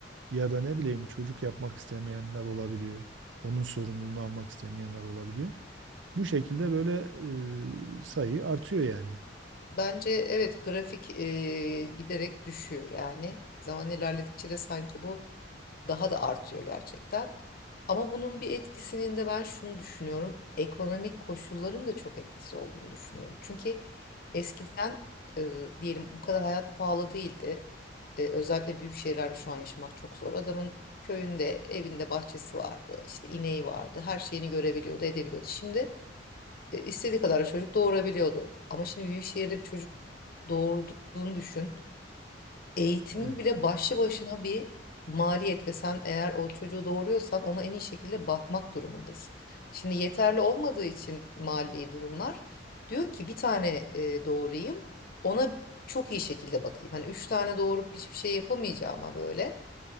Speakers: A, on the right (about 80°); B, on the left (about 55°).
A: Ya da ne bileyim çocuk yapmak istemeyenler olabiliyor. Onun sorumluluğunu almak istemeyenler olabiliyor. Bu şekilde böyle e, sayı artıyor yani.
B: Bence evet grafik e, giderek düşüyor yani. Zaman ilerledikçe de sanki bu daha da artıyor gerçekten. Ama bunun bir etkisinin de ben şunu düşünüyorum. Ekonomik koşulların da çok etkisi olduğunu düşünüyorum. Çünkü eskiden e, diyelim bu kadar hayat pahalı değildi. E, özellikle büyük şehirlerde şu an yaşamak çok zor. Adamın köyünde, evinde bahçesi vardı, işte ineği vardı. Her şeyini görebiliyordu, edebiliyordu. Şimdi e, istediği kadar çocuk doğurabiliyordu. Ama şimdi büyük şehirde bir çocuk doğurduğunu düşün. Eğitimi
A: Evet.
B: bile başlı başına bir maliyet ve sen eğer o çocuğu doğuruyorsan ona en iyi şekilde bakmak durumundasın. Şimdi yeterli olmadığı için mali durumlar diyor ki bir tane e, doğurayım ona çok iyi şekilde bakayım. Hani üç tane doğurup hiçbir şey yapamayacağıma böyle